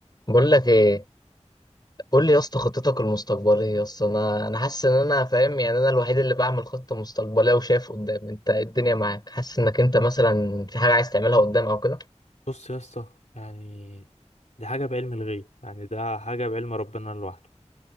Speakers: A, on the left; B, on the left.
A: بقول لك ايه قول لي يا اسطى خطتك المستقبليه يا اسطى انا انا حاسس ان انا فاهم يعني انا الوحيد اللي بعمل خطه مستقبليه وشايف قدام انت إيه الدنيا معاك حاسس انك انت مثلا في حاجه عايز تعملها قدام او كده
B: بص يا اسطى يعني دي حاجة بعلم الغيب يعني ده حاجة بعلم ربنا لوحده